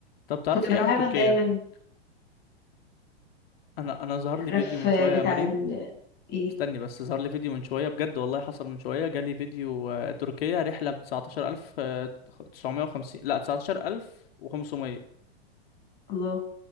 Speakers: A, on the left (about 60°); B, on the left (about 30°).
A: طب تعرفي
B: كنت بتعامل
A: إيه عن تركيا؟
B: دايما
A: أنا أنا ظهر
B: تعرف
A: لي فيديو من
B: آه،
A: شوية
B: بتاع
A: يا مريم
B: ال ايه
A: استني بس ظهر لي فيديو من شوية بجد والله حصل من شوية جالي فيديو آه، تركيا رحلة ب 19950 وخمسين لا 19500
B: الله